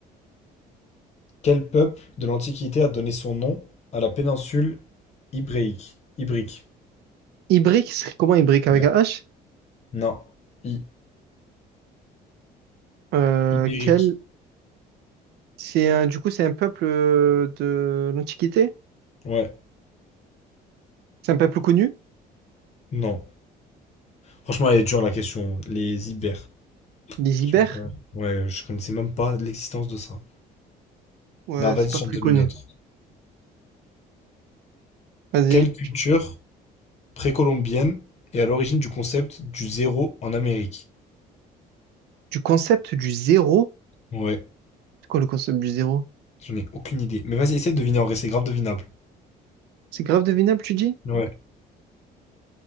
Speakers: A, on the left; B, on the right.
A: Quel peuple de l'Antiquité a donné son nom à la péninsule ibérique? Ibrique.
B: Ibrique, c'est comment Ibrique avec
A: Ouais.
B: un H?
A: Non. I-
B: Euh,
A: Ibérique.
B: quel... C'est un... Du coup, c'est un peuple euh, de l'Antiquité?
A: Ouais.
B: C'est un peuple connu?
A: Non. Franchement, elle est dure, la question. Les Ibères.
B: Les Ibères?
A: Je sais pas. Ouais, je connaissais même pas l'existence de ça.
B: Ouais,
A: Non, vas-y,
B: c'est pas
A: j'en
B: très
A: donne
B: connu.
A: une autre.
B: Vas-y.
A: Quelle culture précolombienne est à l'origine du concept du zéro en Amérique?
B: Du concept du zéro?
A: Ouais,
B: C'est quoi le concept du zéro?
A: j'en ai aucune idée. Mais vas-y, essaie de deviner en vrai, c'est grave devinable.
B: C'est grave devinable, tu dis?
A: Ouais.